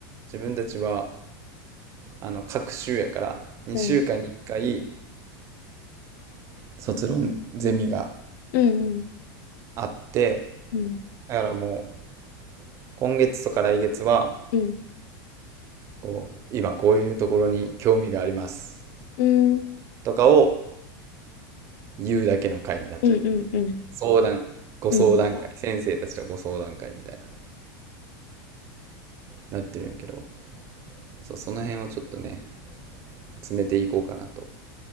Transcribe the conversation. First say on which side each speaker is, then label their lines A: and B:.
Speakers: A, on the right (about 25°); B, on the left (about 55°).
A: 自分たちは、あの、各週やから、2週間に1回、
B: うん。
A: 卒論ゼミが
B: うん。
A: あって、
B: うん。
A: だからもう今月とか来月は、
B: うん。
A: こう、今こういうところに興味があります
B: うん。
A: とかを言うだけの回になっちゃう。
B: うん。うん。うん。
A: 相談、ご相談会、
B: うん。
A: 先生たちとご相談会みたいな、なってるんやけど、そう、その辺をちょっとね、詰めていこうかなと。